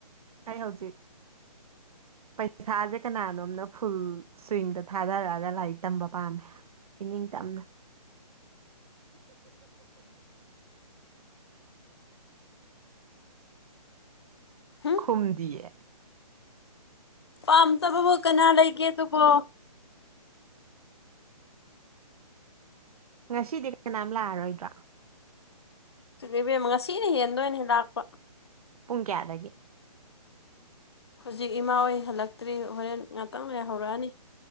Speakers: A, on the right (about 65°); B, on the left (about 40°).
A: ꯑꯩ ꯍꯧꯖꯤꯛ ꯄꯩꯈꯥꯁꯦ ꯀꯅꯥꯅꯣꯝꯅ ꯐꯨꯜ ꯁ꯭ꯋꯤꯡꯗ ꯊꯥꯗꯔꯛꯑꯒ ꯂꯥꯏꯔꯤꯛ ꯇꯝꯕ ꯄꯥꯝꯃꯦ ꯏꯅꯤꯡ ꯇꯝꯅ
B: ꯍꯨꯝ
A: ꯈꯨꯝꯗꯤꯌꯦ
B: ꯄꯥꯝꯇꯕꯕꯨ ꯀꯅꯥ ꯂꯩꯒꯦ ꯑꯗꯨꯕꯣ
A: ꯉꯁꯤꯗꯤ ꯀꯅꯥꯝ ꯂꯥꯛꯑꯔꯣꯏꯗ꯭ꯔꯣ
B: ꯏꯕꯦꯝ ꯉꯁꯤꯅ ꯍꯦꯟꯗꯣꯏꯅꯦ ꯂꯥꯛꯄ
A: ꯄꯨꯡ ꯀꯌꯥꯗꯒꯤ
B: ꯍꯧꯖꯤꯛ ꯏꯃꯥ ꯍꯣꯏ ꯍꯜꯂꯛꯇ꯭ꯔꯤ ꯍꯣꯔꯦꯟ ꯉꯥꯛꯇꯪ ꯂꯩꯔ ꯍꯧꯔꯛꯑꯅꯤ